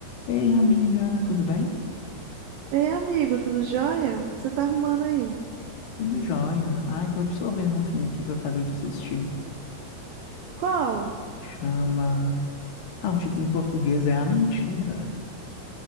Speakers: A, on the left; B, on the right.
A: Ei, amiga, tudo bem?
B: Ei, amigo, tudo jóia? O que Você tá arrumando aí?
A: Tudo jóia. Ai, tô absorvendo um filme aqui que eu acabei de assistir.
B: Qual?
A: Chama. Ah, o título em português é A Mentira.